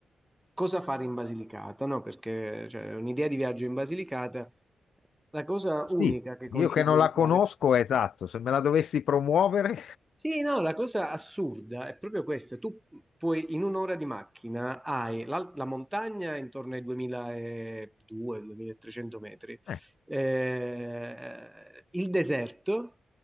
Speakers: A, in the centre; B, on the left.
A: cosa fare in Basilicata, no? Perché cioè, un'idea di viaggio in Basilicata, la cosa
B: sì,
A: unica che consiglio
B: io che non
A: di
B: la
A: fare
B: conosco, esatto, se me la dovessi promuovere,
A: sì, no, la cosa assurda è proprio questa. Tu puoi in un'ora di macchina hai la, la montagna intorno ai 2200-2300 metri,
B: <laughs> eh,
A: eh, il deserto